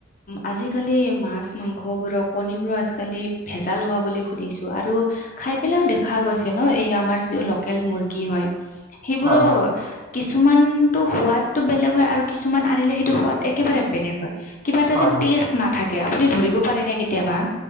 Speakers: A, on the left; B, on the right.
A: আজিকালি মাছ মাংসবোৰক কণীবোৰক আজিকালি ভেজাল হোৱা বুলি শুনিছো আৰু খাই পেলাইও দেখা গৈছে ন এই আমাৰ যিটো লোকেল মুৰ্গী হয়। সেইবোৰো
B: হয় হয়
A: কিছুমানতো সোৱাদটো বেলেগ হয় আৰু কিছুমান আনিলে সেইটো সোৱাদ একেবাৰে বেলেগ হয়। কিবা এটা
B: হয়
A: যেন
B: হয়।
A: টেষ্ট নাথাকে আপুনি ধৰিব পাৰে ন কেতিয়াবা।